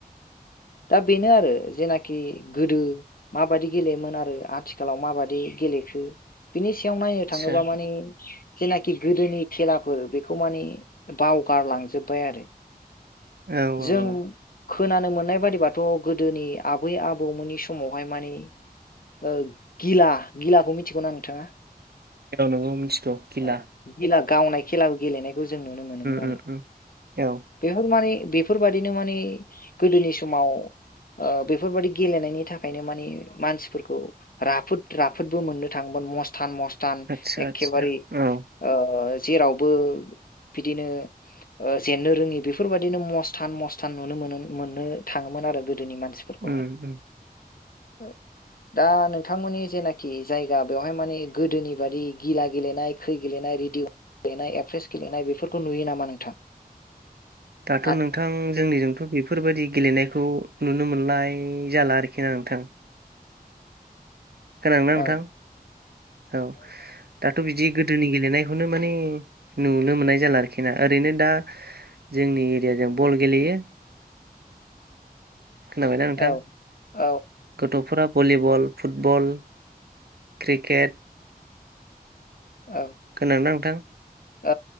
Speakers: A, on the left; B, on the right.
A: दा बेनो आरो, जेनाखि गोदो माबाददि गेलेयोमोन आरो आथिखालाव माबाददि गेलेखो बिनि सायाव नायनो
B: आदसा
A: थाङोबा मानि जेनाखि गोदोनि खेलाफोर बेखौ माने बावगारलांजोब्बाय आरो।
B: औ औ
A: जों
B: औ
A: खोनानो मोननाय बादिबाथ गोदोनि आबै आबौमोननि समावहाय मानि ओ गिला गिलाखौ मिथिगौना नोंथाङा?
B: औ नंगौ मिथिगौ गिला
A: औ गिला गावनाय खेलाबो गेलेनायखौ जों नुनो मोनोमोन
B: उम
A: आरो
B: उम औ
A: बेफोर मानि बेफोरबायदिनो मानि गोदोनि समाव ओ बेफोरबायदि गेलेनायनि थाखायनो मानि मानसिफोरखौ राफोद राफोदबो मोननो थाङोमोन मस्त थानमस्टान
B: आदसा
A: एखेबारे
B: आदसा औ
A: आज जेरावबो बिदिनो ओ जेननो रोङि बेफोरबाददिनो मस्त थान मस्थान नुनो मोनोन मोननो थाङोमोन आरो गोदोनि मानसिफोरखौहाय
B: उम
A: ।
B: उम
A: औ दा नोंथांमोननि जेनाखि जायगा बेवहाय माने गोदोनि बादि गिला गेलेनाय खै गेलेनाय रेडिअ गेलेनाय एप्रेस गेलेनाय बेफोरखौ नुयो नामा नोंथां?
B: टाट'
A: आथ
B: नों थां जोंनिजोंथ' बेफोरबायदि गेलेनायखौ नुनो मोननाय जाला आरोखि ना नोंथां । खोनादोंना नोंथां
A: औ
B: औ दाथ' बिदि गोद दोनि गेलेनायखौनो माने नुनो मोननाय जाला आरोखि ना, ओरैनो दा जोंनि एरियाजों बल गेलेयो। खोनाबायना नोंथां
A: औ औ
B: गथ'फोराब भलिबल, फुटबल, क्रिकेट
A: औ
B: खोनादोंना नोंथां
A: औ